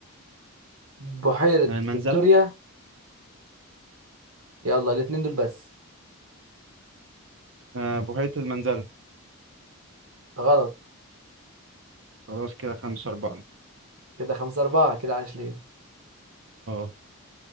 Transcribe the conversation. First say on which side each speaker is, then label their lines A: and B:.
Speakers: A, on the right; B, on the right.
A: بحيرة
B: المنزلة
A: فيكتوريا يلا الاتنين دول بس
B: آه بحيرة المنزلة
A: غلط
B: خلاص كده خمسة أربعة
A: كده خمسة أربعة كده عايش ليه؟
B: اه